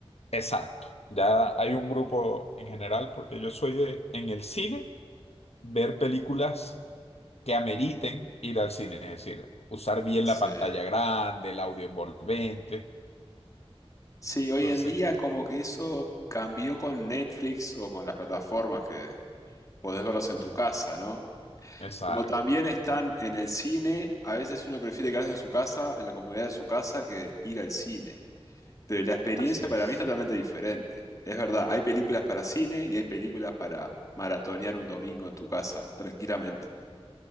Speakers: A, on the left (about 80°); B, on the left (about 30°).
A: Exacto. Ya hay un grupo en general porque yo soy de en el cine. ver películas que ameriten ir al cine, es decir, usar bien
B: Sí.
A: la pantalla grande, el audio envolvente.
B: Sí, hoy
A: Entonces,
B: en día como que eso cambió con Netflix o con las plataformas que podés verlos en
A: claro,
B: tu casa, ¿no?
A: exacto,
B: Como también están en el cine, a veces uno prefiere quedarse en su casa, en la comodidad de su casa, que ir al cine. Pero la experiencia
A: así es.
B: para mí es totalmente diferente. Es verdad, hay películas para cine y hay películas para maratonear un domingo en tu casa, tranquilamente.